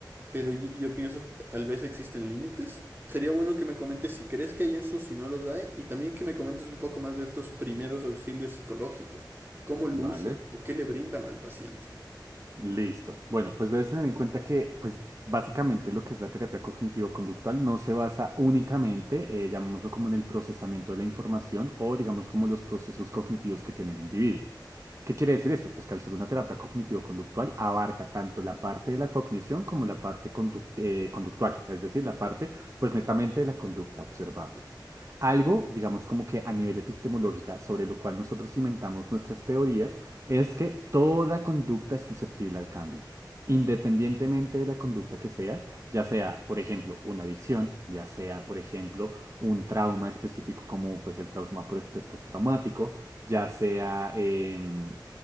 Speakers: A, on the right; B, on the right.
A: pero yo, yo pienso tal vez existen límites. Sería bueno que me comentes si crees que hay eso, si no los hay, y también que me comentes un poco más de estos primeros auxilios psicológicos, cómo lucen
B: ¿vale?
A: o qué le brindan al paciente.
B: Listo. Bueno, pues debes tener en cuenta que, pues, básicamente lo que es la terapia cognitivo-conductual no se basa únicamente, eh, llamémoslo como en el procesamiento de la información o, digamos, como los procesos cognitivos que tiene el individuo. ¿Qué quiere decir esto? Pues que al ser una terapia cognitivo-conductual abarca tanto la parte de la cognición como la parte conduct- eh, conductual, es decir, la parte, pues, netamente de la conducta observable. Algo, digamos, como que a nivel epistemológica, sobre lo cual nosotros cimentamos nuestras teorías, es que toda conducta es susceptible al cambio, independientemente de la conducta que sea, ya sea, por ejemplo, una adicción, ya sea, por ejemplo, un trauma específico como pues el trauma por estrés postraumático, ya sea, em,